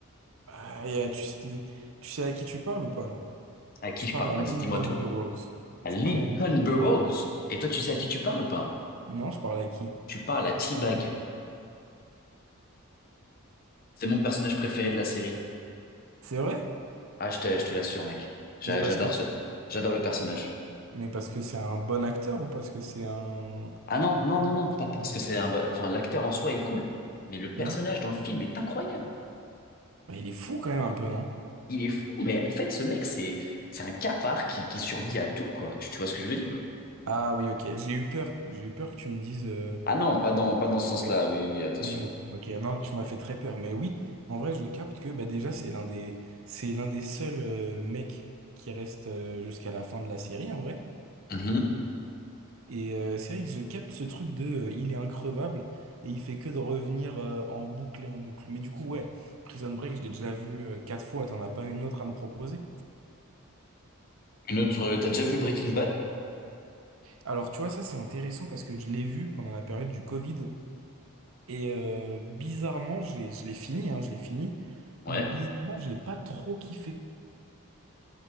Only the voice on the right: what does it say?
Ah, et, euh, tu sais, tu sais à qui tu parles ou pas?
Tu
parles
à
Lincoln
Burrows.
Tu
parles à Lincoln
Burrows.
Non, je parle à qui?
C'est vrai?
Mais parce
que,
mais parce que c'est un bon acteur ou parce que c'est un...
Hmm.
Mais il est fou quand même un peu, non?
Ah oui, ok. J'ai eu peur. J'ai eu peur que tu me dises. euh,
Ouais.
Oui, oui. ok. Non, tu m'as fait très peur. Mais oui, en vrai, je capte que bah, déjà, c'est l'un des, c'est l'un des seuls euh, mecs qui reste euh, jusqu'à la fin de la série, en vrai.
Et euh, c'est vrai que je capte ce truc de, euh, il est increvable et il fait que de revenir euh, en boucle et en boucle. Mais du coup, ouais, Prison Break, je l'ai déjà vu euh, quatre fois. T'en as pas une autre à me proposer?
Alors, tu vois, ça, c'est intéressant parce que je l'ai vu pendant la période du Covid. Et euh, bizarrement, j'ai- je l'ai fini, hein, je l'ai fini,
mais bizarrement, j'ai pas trop kiffé.